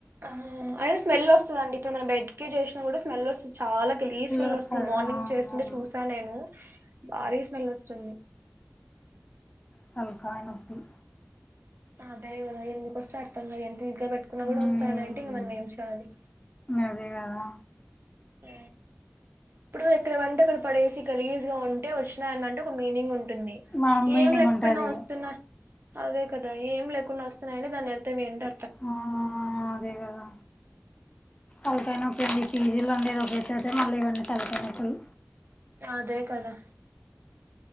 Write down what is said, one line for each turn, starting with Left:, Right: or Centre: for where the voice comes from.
Right: ఆ అయితే స్మెల్ వస్తుంది అండి ఇప్పుడు మన బెడ్కి చేసినా కూడా స్మెల్ వస్తుంది చాలా గలీజ్ స్మెల్
Left: వస్తది
Right: వస్తుంది మార్నింగ్
Left: అవునవును
Right: చేస్తుంటే చూసా నేను భారీ స్మెల్ వస్తుంది
Left: తలకాయ నొప్పులు
Right: ఆ దైవగదా ఎందుకు వస్తే అర్థం కాదు ఎంత ఇంట్లే పెట్టుకున్న
Left: ఉమ్
Right: కూడా వస్తానంటే ఇంక మనం ఏం చేయాలి
Left: అదే కదా
Right: ఆ ఇప్పుడు ఎక్కడ వెంటే అక్కడ పడేసి గలీజ్ గా ఉంటే వచ్చినాయనంటే ఒక మీనింగ్ ఉన్ ఉంటుంది
Left: మా మీనింగ్
Right: ఏం లేకపోయినా
Left: ఉంటది
Right: వస్తున్నా అదే కదా ఏం లేకుండా వస్తున్నాయి అని దాని అర్థం ఏంటా
Left: ఆ అదే కదా అంతేనా ప్రీతి ఈ పీజీల్లో ఉండేదే ఒక ఎత్తు అయితే మళ్ళీ ఇవన్నీ తలకాయ నొప్పులు
Right: అదే కదా